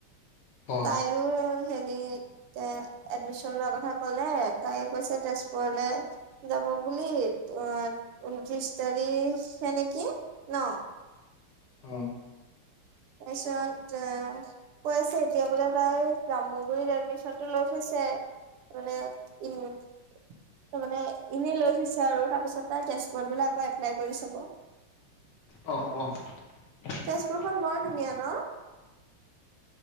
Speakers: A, on the left; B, on the right.
A: অ',
B: তাই আৰু হেৰি তে এডমিচন লোৱা কথা ক'লে তাকে কৈছে তেজপুৰলে যাব বুলি অ ঊনত্ৰিশ তাৰিখে নেকি ন,
A: অ',
B: তাৰপিছত কৈ আছে এতিয়া বোলে তাই জাম্মুগুৰিত এডমিচনটো লৈ থৈছে। মানে উম। তাৰ মানে এনেই লৈ থৈছে আৰু তাৰপিছত তাৰ তেচপট বিলাক আকৌ এপ্লাই কৰি চাব। <inaudible>
A: অ'।
B: তেজপুৰখন বৰ ধুনীয়া, ন?